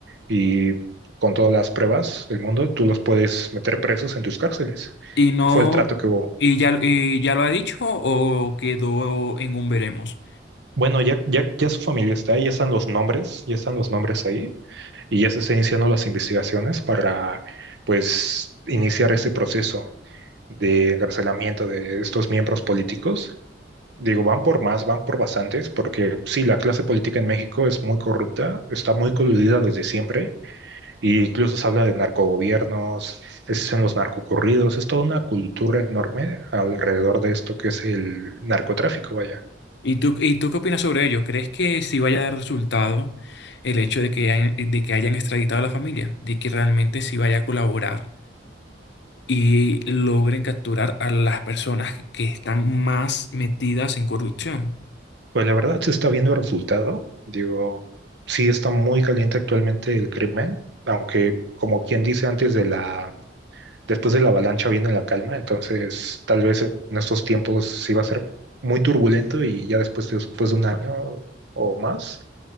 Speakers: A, on the right; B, on the left.
A: y con todas las pruebas del mundo, tú los puedes meter presos en tus cárceles.
B: ¿Y no,
A: Fue el trato que hubo.
B: y ya, y ya lo ha dicho o quedó en un veremos?
A: Bueno, ya, ya, ya su familia está ahí, ya están los nombres, ya están los nombres ahí, y ya se están iniciando las investigaciones para, pues, iniciar este proceso de encarcelamiento de estos miembros políticos. Digo, van por más, van por bastantes, porque sí, la clase política en México es muy corrupta, está muy coludida desde siempre Y incluso se habla de narcogobiernos, es en los narcocurridos, es toda una cultura enorme alrededor de esto que es el narcotráfico, vaya.
B: ¿Y tú, y tú qué opinas sobre ello? ¿Crees que sí vaya a dar resultado el hecho de que hayan, de que hayan extraditado a la familia? ¿De que realmente sí vaya a colaborar y logren capturar a las personas que están más metidas en corrupción?
A: Pues la verdad se está viendo el resultado. Digo, sí está muy caliente actualmente el crimen, aunque como quien dice antes de la, después de la avalancha viene la calma, entonces tal vez en estos tiempos sí va a ser muy turbulento y ya después, después de un año o más,